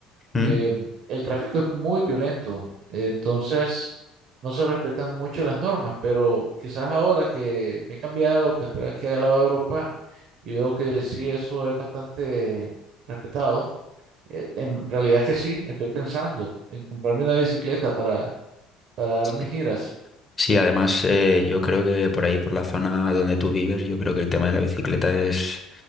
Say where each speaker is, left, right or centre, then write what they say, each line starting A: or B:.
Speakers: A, on the left; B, on the right.
A: ¿Mm?
B: eh, el tráfico es muy violento. Entonces, no se respetan mucho las normas, pero quizás ahora que me he cambiado, que estoy aquí al lado de Europa y veo que sí, eso es bastante respetado. eh, en realidad que sí, estoy pensando en comprarme una bicicleta para, para dar
A: Sí,
B: mis giras.
A: sí, además eh, yo creo que por ahí, por la zona donde tú vives, yo creo que el tema de la bicicleta es